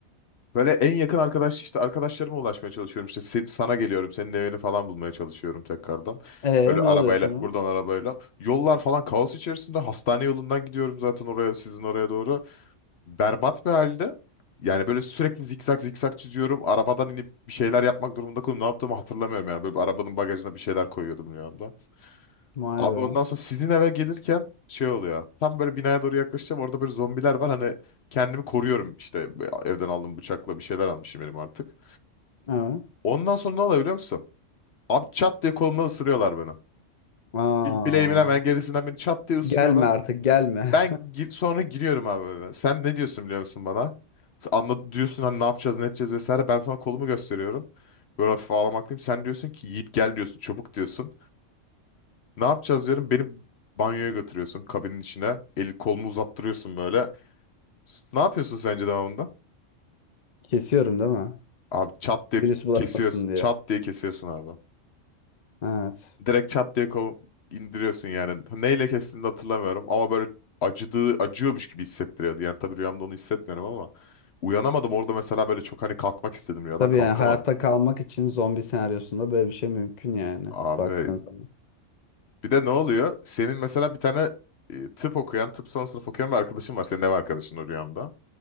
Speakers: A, on the left; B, on the left.
A: Böyle en yakın arkadaş işte arkadaşlarıma ulaşmaya çalışıyorum. İşte se- sana geliyorum. Senin evini falan bulmaya çalışıyorum tekrardan.
B: E
A: Böyle arabayla
B: ne oluyor sonra?
A: buradan arabayla. Yollar falan kaos içerisinde. Hastane yolundan gidiyorum zaten oraya sizin oraya doğru berbat bir halde. Yani böyle sürekli zikzak zikzak çiziyorum. Arabadan inip bir şeyler yapmak durumunda kalıyorum. Ne yaptığımı hatırlamıyorum yani. Böyle bir arabanın bagajına bir şeyler koyuyordum rüyamda.
B: Vay
A: Abi
B: be.
A: ondan sonra sizin eve gelirken şey oluyor. Tam böyle binaya doğru yaklaşacağım. Orada böyle zombiler var. Hani kendimi koruyorum işte evden aldığım bıçakla bir şeyler almışım elim artık.
B: Evet.
A: Ondan sonra ne oluyor biliyor musun? Abi çat diye kolumdan ısırıyorlar beni.
B: Aa.
A: Bil- Bileğimin hemen gerisinden beni çat diye ısırıyorlar.
B: Gelme artık gelme.
A: Ben gir- sonra giriyorum abi eve. Sen ne diyorsun biliyor musun bana? Sen Anlat diyorsun hani ne yapacağız ne edeceğiz vesaire. Ben sana kolumu gösteriyorum. Böyle hafif ağlamaklıyım. Sen diyorsun ki Yiğit gel diyorsun çabuk diyorsun. Ne yapacağız diyorum. Beni banyoya götürüyorsun kabinin içine. El kolumu uzattırıyorsun böyle. S- Ne yapıyorsun sence devamında?
B: <laughs> Kesiyorum değil mi?
A: Abi çat diye
B: Virüs bulaşmasın
A: kesiyorsun.
B: diye.
A: Çat diye kesiyorsun abi.
B: Evet.
A: Direkt çat diye kov indiriyorsun yani. Neyle kestiğini de hatırlamıyorum ama böyle acıdığı acıyormuş gibi hissettiriyordu. Yani tabii rüyamda onu hissetmiyorum ama uyanamadım orada mesela böyle çok hani kalkmak istedim rüyadan
B: Tabii
A: kalkamadım.
B: yani hayatta kalmak için zombi senaryosunda böyle bir şey mümkün yani
A: Abi
B: baktığın zaman.
A: bir de ne oluyor? Senin mesela bir tane e, tıp okuyan, tıp son sınıf okuyan bir arkadaşın var. Senin ev arkadaşın o rüyamda.